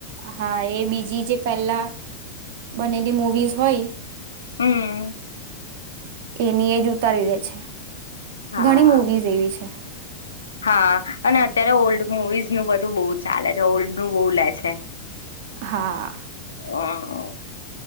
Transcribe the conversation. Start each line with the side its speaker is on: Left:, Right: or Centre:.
Right: હા એ બીજી જે પહેલા બનેલી મુવીઝ હોય
Left: હમ
Right: એની એ જ ઉતારી દે છે
Left: હા.
Right: ઘણી મવીઝ એવી છે
Left: હા અને અત્યારે ઓલ્ડ મુવીઝ નું બધું બહુ ચાલે છે ઓલ્ડ નું બહુ લે છે
Right: હા
Left: હા